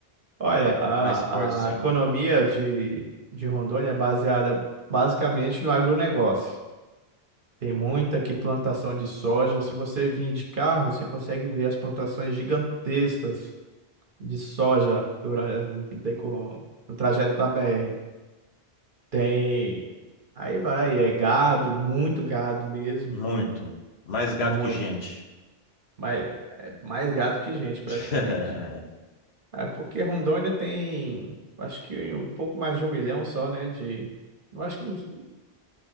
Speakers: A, on the right; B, on the left.
A: Olha, a,
B: Mais forte, sim.
A: a economia de, de Rondônia é baseada basicamente no agronegócio. Tem muita aqui plantação de soja. Se você vir de carro, você consegue ver as plantações gigantescas de soja durante no, deco- no trajeto da BR. Tem. Aí vai, é gado, muito gado mesmo,
B: Muito. Mais gato
A: muito.
B: que gente.
A: Mas é mais gado que gente, praticamente.
B: <laughs>
A: É porque Rondônia tem, acho que um pouco mais de um milhão só, né? De, eu acho que uns-